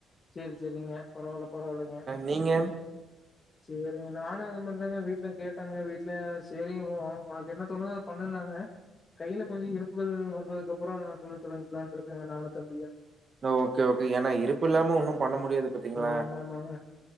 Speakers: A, on the left; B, on the right.
A: சேரி சேரிங்க பரவால்ல பரவால்லைங்க
B: நீங்க
A: சேரிங்க நானு அதே மாரி தாங்க வீட்ல கேட்டனுங்க வீட்ல சேரி ஒ ஒனக்கு என்ன தோனுதோ அது பண்ணுனாங்க கையில கொஞ்சோ இருப்புகள் வந்ததுக்கப்பறோ தொழில் தொடங்கிக்லான்ட்ருக்கேங்க நானு தம்பியு
B: ஓகே ஓகே ஏனா இருப்பில்லாம ஒன்னு பண்ண முடியாது பாத்தீங்களா?
A: ஆமாமாங்க